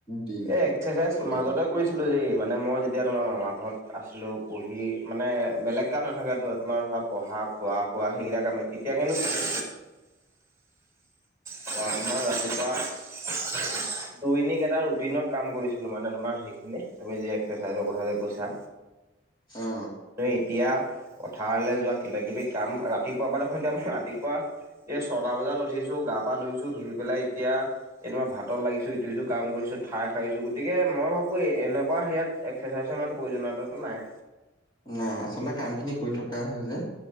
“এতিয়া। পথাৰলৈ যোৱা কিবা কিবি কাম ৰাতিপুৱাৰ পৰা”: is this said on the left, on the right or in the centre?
Right